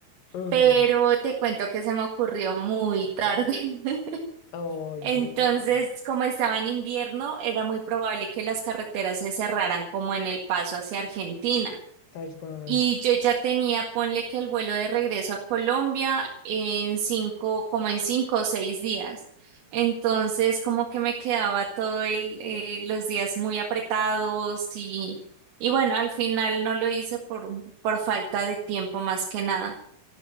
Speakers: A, on the left; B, on the right.
A: ujú.
B: pero te cuento que se me ocurrió muy tarde. <laughs>
A: Ay,
B: Entonces,
A: qué mal,
B: como estaba en invierno, era muy probable que las carreteras se cerraran como en el paso hacia Argentina.
A: tal cual.
B: Y yo ya tenía, ponle que el vuelo de regreso a Colombia en cinco, como en cinco o seis días. Entonces, como que me quedaba todo el, eh, los días muy apretados y, y bueno, al final no lo hice por, por falta de tiempo más que nada,